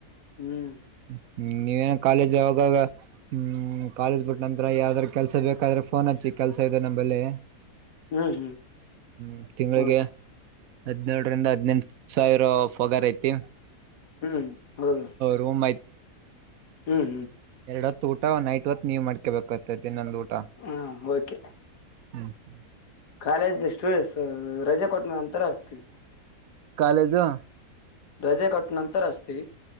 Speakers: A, on the left (about 80°); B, on the right (about 65°).
A: ಹ್ಮ್.
B: ಹ್ಮ್ ನೀವೇನ ಕಾಲೇಜ್ ಅವಾಗ ಹ್ಮ್ ಕಾಲೇಜ್ ಬಿಟ್ಟ ನಂತ್ರ ಯಾವ್ದಾರ ಕೆಲ್ಸ ಬೇಕಾದ್ರೆ ಫೋನ್ ಹಚ್ಚಿ ಕೆಲ್ಸ ಇದೆ ನಮ್ಮಂಬಲ್ಲಿ.
A: ಹ್ಮ್ ಹ್ಮ್
B: ಹ್ಮ್ ತಿಂಗಳಿಗೆ.
A: ಓಕೆ
B: ಹದ್ನೇಳರಿಂದ ಹದ್ನೆೆಂಟ ಸಾವಿರ ಪಗಾರ ಐತಿ.
A: ಹ್ಮ್ ಹೌದಾ.
B: ರೂಮ್
A: ಹ್ಮ್ ಹ್ಮ್.
B: ಎರಡು ಹೊತ್ತು ಊಟ ನೈಟ್ ಹೊತ್ ನೀವ ಮಾಡ್ಕೇಬೇಕುಾಗತೈತಿ ನೊಂದು ಊ.
A: ಹಾ ಓಕೆ.
B: ಹ್ಮ್ ಹ್ಮ್.
A: ಕಾಲೇಜ್ ಸ್ಟೂಡೆಂಟ್ಸ್ ರಜೆ ಕೊಟ್ಟ್ಮ ಅಂತರ ಹಸ್ತೀವಿ.
B: ಕಾಲೇಜಾ.
A: ರಜೆ ಕೊಟ್ಟ. ನಂತರ ಅತಿ